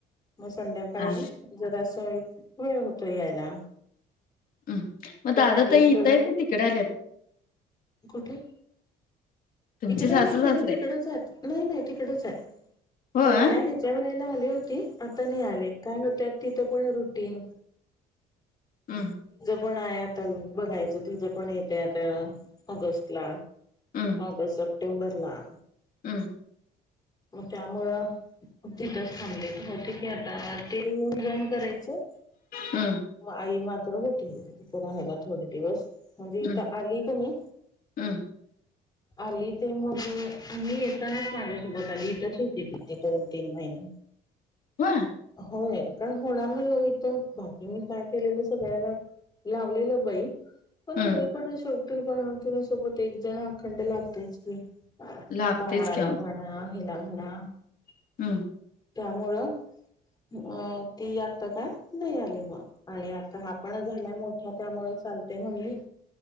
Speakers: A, on the left; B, on the left.
A: म संध्याकाळी
B: हा
A: जरा <unintelligible> वेळ होतोय यायला.
B: अम्म म
A: पण
B: दादा
A: ऍटलिस्ट
B: ताई
A: तेवढं
B: इथं आहेत की तिकडे आलेत?
A: कुठे
B: तुमचे
A: इकडं
B: सासू
A: नाही
B: सासरे
A: त्यांनी तिकडच आहेत नाही नाही तिकडच आहे.
B: हो
A: पहिल्या
B: हा
A: ह्याच्या वेळेला आले होते आता नाही आले. <unintelligible> <unintelligible> रूटीन.
B: हम्म.
A: पण आहे आता बघायचं तिजं पण येतंय आता ऑगस्टला.
B: हम्
A: ऑगस्ट, सप्टेंबर ला.
B: हम्
A: म त्यामुळं तिथंच थांबलेत होते की आता तीन जण कराय च
B: हम्
A: व आई म पण होती वगैरे. तिथं राहायला थोडे दिवस म्हणजे, इथं
B: हम्
A: आली क नाय
B: हम्
A: आली ते मग आम्ही येतानाच माझ्यासोबत आली इथंच होती ती दोन-तीन महिने.
B: हो
A: होय? काय होणार नाही हो इथं बाकी मी काय केलेलं सगळ्याला लावलेलं बाई. पण
B: हम्
A: तरी पण शेव टी बाळंतीणीसोबत एक जण अखंड लागतयच की.
B: लागतेच
A: बाळाला
B: की
A: म्हणा हिला म्हणा.
B: हम्
A: त्यामुळं मग ती आता काय नाही आली मग आणि आता हा पण झाला मोठे त्यामुळं चालतंय म्हणलीत.